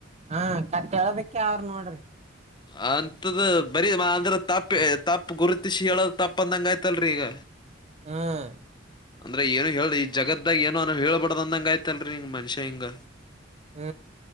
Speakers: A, on the right; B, on the left.
A: ಹಾ ಕಟ್ ಹೇಳೋದಕ್ಕೆ ಅವ್ರ ನೋಡ್ರಿ
B: ಅಂತದ ಬರಿ ಮಾ ಅಂದರ್ ತಪ್ಪಿ ತಪ್ಪ ಗುರುತಿಸಿ ಹೇಳೋದ ತಪ್ಪ ಅಂದಂಗ ಆಯ್ತಲ್ರರಿ ಈಗ
A: ಹ್ಮ್
B: ಅಂದ್ರೆ ಏನು ಹೇಳಿ ಈ ಜಗತ್ತಾಗ ಏನೋ ಅನೋ ಹೇಳಳ್ಬಡ್ದ್ ಅಂದಂಗ ಆಯ್ತಲ್ರಿ ಹಿಂಗ್ ಮನುಷ್ಯ ಹಿಂಗ
A: ಹ್ಮ್